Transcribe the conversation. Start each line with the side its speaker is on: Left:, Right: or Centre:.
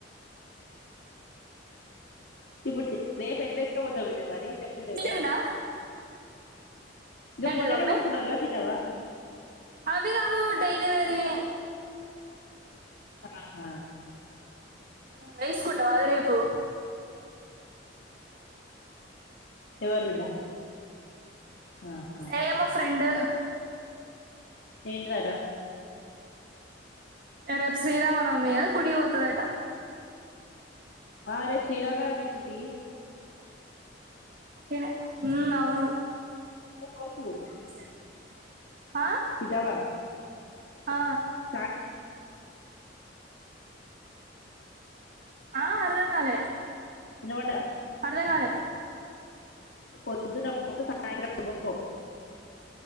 Left: ఇప్పుడు రేప్ ఎట్ల ఎస్కపోతవ్ బిడ్డ మరి చెప్పులు తెగితే
Right: ఉందా
Left: గ
Right: ఏంటిది
Left: మొన్ననే
Right: మమ్మీ
Left: కొనుక్కునవ్ గా సీటవ్వ
Right: అవి కాదు డైలీ వేర్యి
Left: ఆ
Right: వేస్కుంటావా అది రేపు
Left: ఎవరు బిడ్డ ఆహా
Right: ఏ మా ఫ్రెండ్ ఏ
Left: ఏంటిదడా
Right: రేపు శ్రీరామనవమి కుడిపోఊతుదాటా
Left: ఆ రేపు శీరాన వంచిటీ
Right: ఏ ఉ అవును
Left: క
Right: <inaudible>
Left: కితవా
Right: ఆ
Left: స
Right: ఆ అరగంగాల
Left: నోడా
Right: అర్ధం కాలే
Left: పొద్దు పోకు సాయంత్ర పో